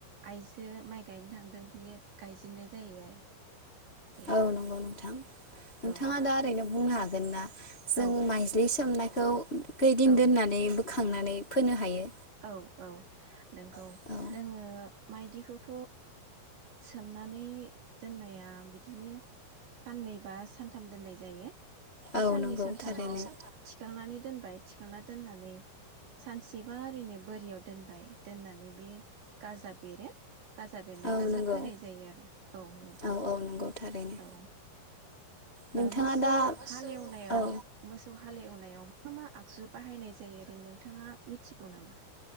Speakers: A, on the right; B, on the left.
A: आइजो माइ गायनो थांदों बियो गायजेननाय जै आरो बेनो
B: औ नंगौ नोंथां नोंथाङा
A: औ
B: दा ओरैनो बुंनो हागोन ना जों
A: औ
B: माइज्लि सोमनाय <inaudible> खैदिन
A: औ
B: दोननानै बोखांनानै फोनो हायो
A: औ औ नंगौ
B: औ
A: जोङो माइलिखौथ सोमनानै दोननाया बिदिनो साननैबा सानथाम दोननाय जायो बे
B: औ
A: साननै
B: नंगौ
A: सानथामाव
B: थारैनो
A: थिखांनानै दोनबाय थिखांनानै दोननानै सानसेबा ओरैनो बोरियाव दोनबाय दोननानै बे गाजाब बेरो गाजा बेरनायखौनो
B: औ नंगौ
A: फोनाय जायो आरो औ नंगौ
B: औ औ नंगौ थारैनो
A: <inaudible> ओ
B: नोंथाङा
A: मोसौ
B: दा
A: हालेवनायाव
B: औ
A: मोसौ हालेवनायाव मा मा आगजु बाहायनाय जायो ओरै नोंथाङा मिथि गौ नामा